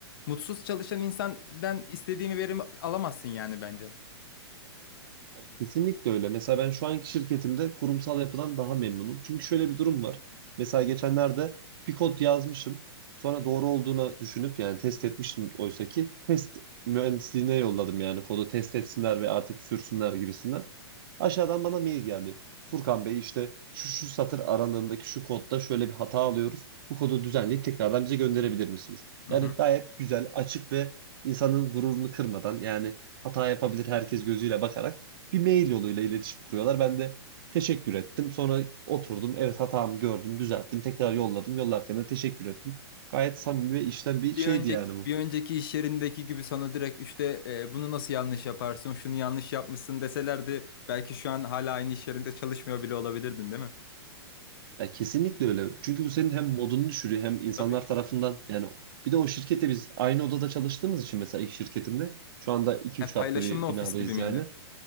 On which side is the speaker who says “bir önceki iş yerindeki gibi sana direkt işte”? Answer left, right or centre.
Left